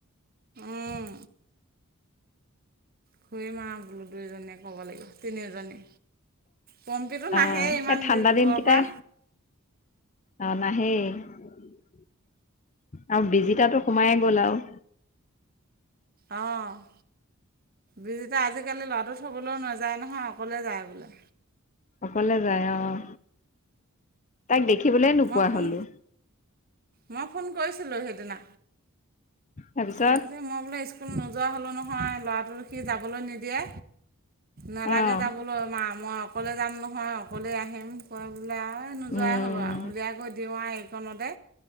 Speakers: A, on the right; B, on the left.
A: উম। খৰি মা বোলো দুই এজনীয়ে ক'ব লাগিব তিনিজনী। পম্পীটো নাহেই
B: অ'
A: ইমান
B: এই ঠাণ্ডা
A: দূৰৰ
B: দিনকেইটাই
A: পৰা।
B: অ নাহেই আৰু বিজিতাটো সোমাই ব'লাও।
A: অঁ, বিজু আজিকালি ল'ৰাটো থবলৈও না যায় নহয় অকলে যায় বোলে।
B: অকলে যায় অহ, তাইক দেখিবলৈ নোপোৱা
A: মই ফোন
B: হলো।
A: মই ফোন কৰিছিলোঁ সেইদিনা,
B: তাৰপিছত
A: তাৰপিছে মই বোলে স্কুল নোযোৱা হ'ল নহয় ল'ৰাটো সি যাবলৈ নিদিয়ে, নালাগে
B: অ'
A: যাবলৈ মা ম অকলে যাম নহয়, অকলে আহিম কৈ বোলে আৰু নোযোৱাই
B: উম
A: হ'লোঁ আৰু। উলিয়াই কৈ দিওঁ আৰু এইকণতে।